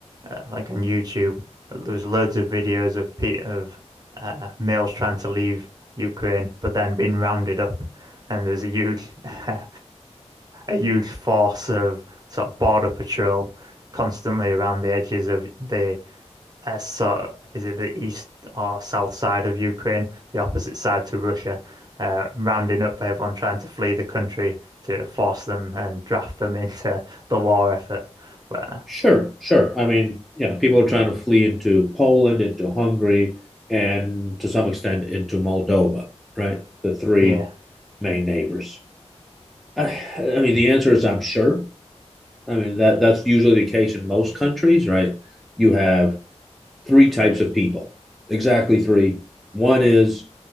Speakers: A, on the right (about 35°); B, in the centre.
A: uh, like on YouTube. There was loads of videos of of uh, males trying to leave Ukraine, but then being rounded up, and there's a huge <laughs> uh, a huge force of sort of border patrol constantly around the edges of the uh, sort of- is it the east or south side of Ukraine, the opposite side to Russia, uh, rounding up everyone trying to flee the country to force them and draft them <laughs> into the war effort. But uh,
B: Sure, sure. I mean, yeah, people are trying to flee into Poland, into Hungary, and to some extent into Moldova, right? The three
A: yeah,
B: main neighbors. I, I mean, the answer is I'm sure. I mean that that's usually the case in most countries, right? You have three types of people, exactly three. One is